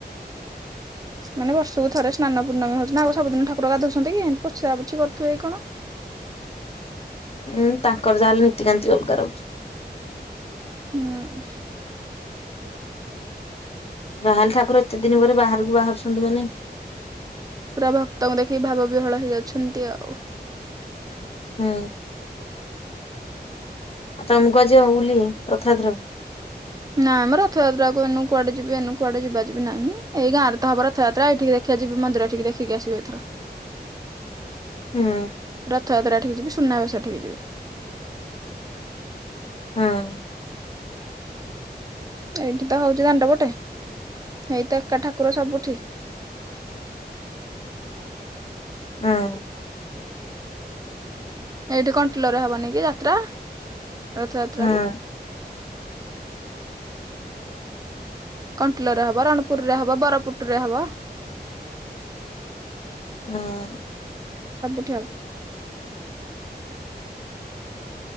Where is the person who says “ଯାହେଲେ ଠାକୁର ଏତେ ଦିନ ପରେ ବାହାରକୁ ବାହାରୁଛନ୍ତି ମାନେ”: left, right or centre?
Left